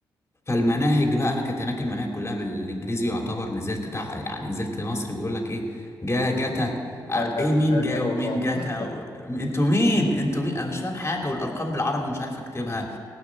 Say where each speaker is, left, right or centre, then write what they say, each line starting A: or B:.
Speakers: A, on the left (about 30°); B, on the left (about 60°).
A: فالمناهج بقى انا كانت هناك المناهج كلها بالانجليزي يعتبر نزلت تع... يعني نزلت مصر بيقول لك ايه جا جاتا
B: جا
A: آه،
B: جا
A: ايه مين
B: جا
A: جا
B: كتظاهر
A: ومين جاتا و... انتوا مين انتوا مين انا مش فاهم حاجه والارقام بالعربي مش عارف اكتبها